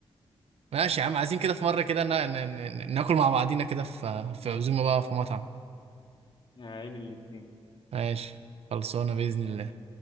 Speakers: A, on the right (about 80°); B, on the left (about 55°).
A: ماشي يا عم عايزين كده في مره كده نا... نا... نا... ناكل مع بعضينا كده في في عزومه بقى في مطعم
B: يا عين الاتنين
A: ماشي خلصانه باذن الله